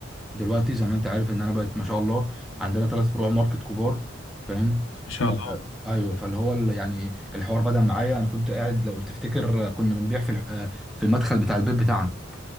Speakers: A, in the centre; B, on the left (about 85°).
A: دلوقتي زي ما انت عارف ان انا بقيت ما شاء الله عندنا ثلاث فروع ماركت كبار فاهم
B: ان شاء
A: آه،
B: الله
A: آه، ايوه فاللي هو ال- يعني الحوار بدأ معايا انا كنت قاعد لو تفتكر آه، كنا بنبيع في الح- آه، في المدخل بتاع البيت بتاعنا